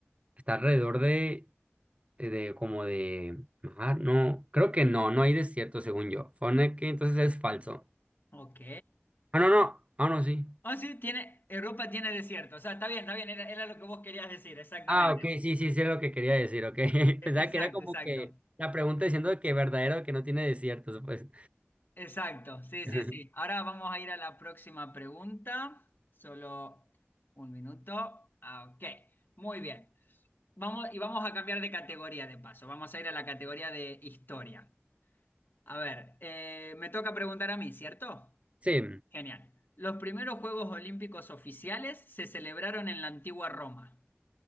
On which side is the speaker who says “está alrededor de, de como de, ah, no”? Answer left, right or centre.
Right